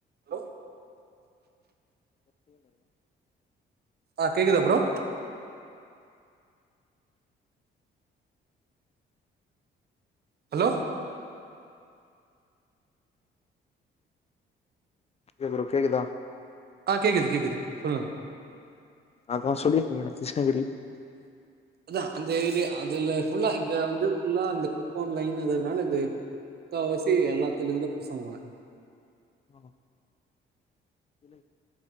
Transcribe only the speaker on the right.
Hello
ஆ கேக்குதா ப்ரோ ஹலோ
ஆ கேக்குது கேக்குது சொல்லுங்க
அதா அந்த ஏரியா அதுல ஃபுல்லா இங்க வந்து ஃபுல்லா அந்த குப்ப லைன் அதனால இது முக்கா வாசி எல்லாத்துலருந்து பசங்குவாங்க